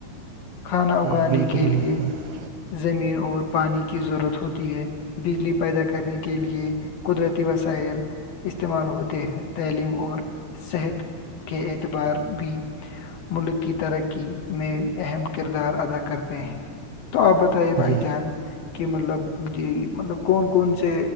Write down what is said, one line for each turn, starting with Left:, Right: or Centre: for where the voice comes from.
Left: کھانا اگانے
Right: جی بالکل
Left: کے
Right: درست
Left: لیے زمین اور پانی کی ضرورت ہوتی ہے بجلی پیدا کرنے کے لیے قدرتی وسائل استعمال ہوتے ہیں تعلیم اور صحت کے اعتبار بھی ملک کی ترقی میں اہم کردار ادا کرتے ہیں تو آپ بتائیے بھائی
Right: جی
Left: جان کہ مطلب جی مطلب کون کون سے